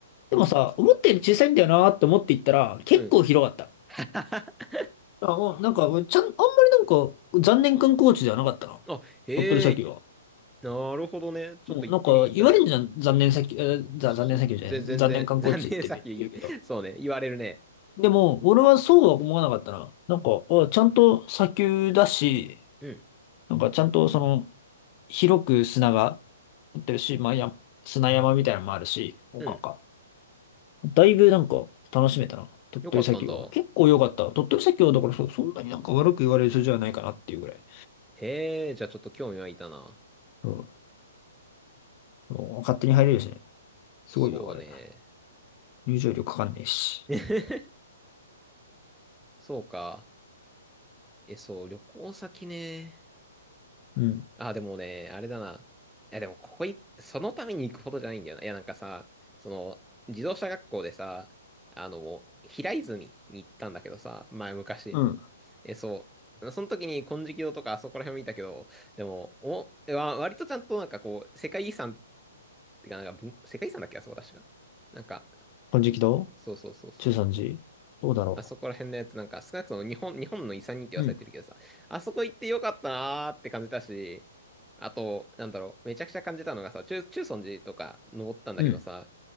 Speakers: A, on the left; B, in the centre.
A: でもさ、思ったより小さいんだよなーって思っていったら、結構広かった。
B: うん。<laughs>
A: あ、おなんか、ちゃん、あんまりなんか、残念観光地ではなかったな。
B: あ、へえ、
A: 鳥取砂丘は。
B: なるほどね。ちょっと行ってみたいな。
A: もうなんか、言われるじゃん、残念砂丘、えーざ、
B: そうそう。
A: 残念砂丘じゃない、
B: ぜ、全然、
A: 残念観光地って言うけど。
B: <laughs> 残念さっきいいね。そうね、言われるね。
A: でも、俺はそうは思わなかったな。なんか、あ、ちゃんと砂丘だし、
B: うん、
A: なんかちゃんとその、広く砂が、ってるし、まあ、や、砂山みたいなのもあるし、なんか。
B: うん。
A: だいぶなんか楽しめたな。鳥取砂丘は。
B: よかったんだ。
A: 結構良かった。鳥取砂丘はだからそ、そんなになんか悪く言われる人じゃないかなっていうぐらい。
B: へえ、じゃあちょっと興味湧いたな。
A: うん。もう勝手に入れるしね。すごいよ、
B: そうね。
A: あれ。入場料かかんねえし。
B: <laughs> そうか。え、そう、旅行先ね。
A: うん。
B: あ、でもね、あれだな。いや、でもここい、そのために行くほどじゃないんだよな。いや、なんかさ、その、自動車学校でさ、あの、平泉に行ったんだけどさ、前昔。
A: うん。
B: え、そう。その時に金色堂とかあそこら辺見たけど、でも、お、わ割とちゃんとなんかこう、世界遺産ってか、なんか文、世界遺産だっけあそこ確か。なんか、
A: 金色堂
B: そうそうそうそう。
A: 中山寺どうだろ
B: あそこら辺のやつなんか、少なくとも日本、日本の遺産にって言わされてるけどさ、
A: う。うん。
B: あそこ行ってよかったなーって感じたし、あと、なんだろう、めちゃくちゃ感じたのがさ、中、中尊寺とか登ったんだけどさ、
A: うん。